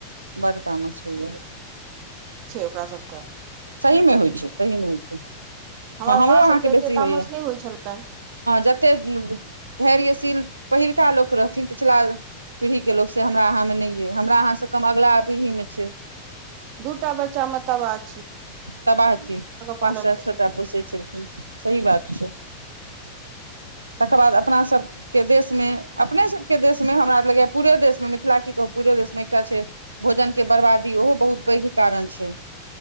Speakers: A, on the right; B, on the right.
A: बड़ तामस छैया
B: का सबके
A: सही मे होई छै, सही मे होई छै,
B: हमर
A: ह, हमरो
B: माँ
A: अहा
B: सभके
A: के
B: एते
A: बेसी होइया,
B: तामस नहि होइ छलनि
A: जते धैर्य ी पहिलका लोक रहथिन पिछिला पीढ़ी के लोक से हमरा अहाँमे नहि अइ, हमरा अहाँ सँ कम अगिला पीढ़ी मे छै।
B: दूटा बच्चा मताबाद
A: तबाह छै,
B: पाललखिन
A: पाँचटा छोटा पोषै छैिन, सही बात छै। तकर बाद अपना सभ के देश मे, अपने सभ के देश मे, हमरा लगैए पूरे देश मे मिथिला की कहू पूरे देश मे एकटा छै, भोजन के बरबादी, ओहो बहुत पैघ कारण छै।